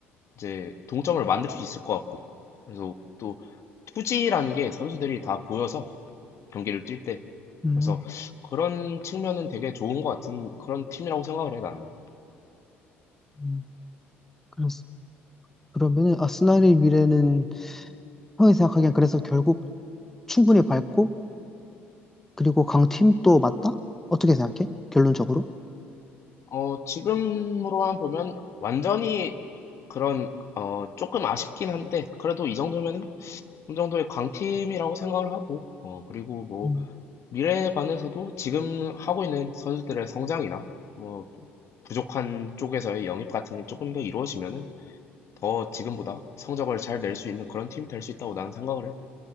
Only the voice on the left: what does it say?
이제 동점을 만들 수 있을 것 같고. 그래서 또 투지라는 게 선수들이 다 보여서 경기를 뛸 때.
그래서 그런 측면은 되게 좋은 것 같은 그런 팀이라고 생각을 해, 나는.
어, 지금으로만 보면 완전히 그런, 어, 조금 아쉽긴 한데, 그래도 이 정도면은 어느 정도의 강팀이라고 생각을 하고, 어, 그리고 뭐,
미래에 관해서도 지금 하고 있는 선수들의 성장이나, 뭐, 부족한 쪽에서의 영입 같은 게 조금 더 이루어지면은 더 지금보다 성적을 잘 낼 수 있는 그런 팀이 될 수 있다고 나는 생각을 해.